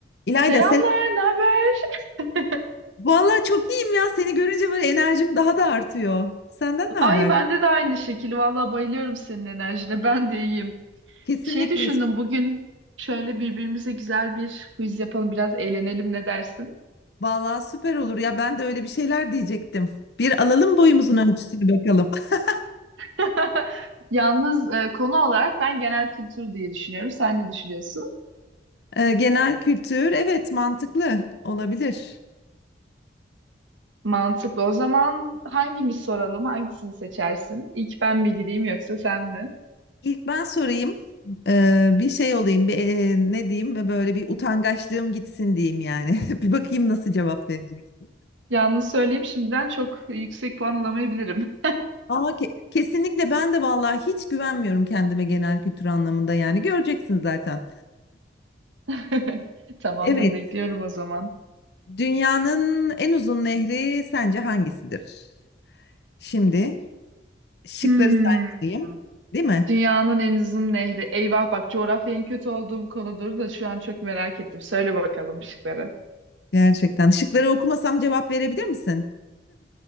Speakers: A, on the left; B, on the right.
A: İlayda
B: Selamlar,
A: selam.
B: ne haber? <laughs>
A: Vallahi çok iyiyim ya. Seni görünce böyle enerjim daha da artıyor. Senden ne haber?
B: Ay bende de aynı şekil. Vallahi bayılıyorum senin enerjine. Ben de iyiyim.
A: Kesinlikle.
B: Şey düşündüm bugün şöyle birbirimize güzel bir quiz yapalım, biraz eğlenelim ne dersin?
A: Vallahi süper olur ya. Ben de öyle bir şeyler diyecektim. Bir alalım boyumuzun ölçüsünü bakalım. <laughs>
B: <laughs> Yalnız e, konu olarak ben genel kültür diye düşünüyorum. Sen ne düşünüyorsun?
A: Ee, genel kültür evet mantıklı olabilir.
B: Mantıklı. O zaman hangimiz soralım? Hangisini seçersin? İlk ben mi gireyim yoksa sen mi?
A: İlk ben sorayım. Ee, bir şey olayım. Bir, e, ne diyeyim? Böyle bir utangaçlığım gitsin diyeyim yani. <laughs> Bir bakayım nasıl cevap verecek.
B: Yalnız söyleyeyim şimdiden çok yüksek puan alamayabilirim.
A: Aa, ke- kesinlikle ben de vallahi hiç güvenmiyorum kendime genel kültür anlamında yani. Göreceksin zaten.
B: <laughs> Tamamdır,
A: Evet.
B: bekliyorum o zaman.
A: Dünyanın en uzun nehri sence hangisidir? Şimdi şıkları
B: Hmm.
A: saymalıyım, değil mi?
B: Dünyanın en uzun nehri. Eyvah bak coğrafya en kötü olduğum konudur da şu an çok merak ettim. Söyle bakalım şıkları.
A: Gerçekten. Şıkları okumasam cevap verebilir misin?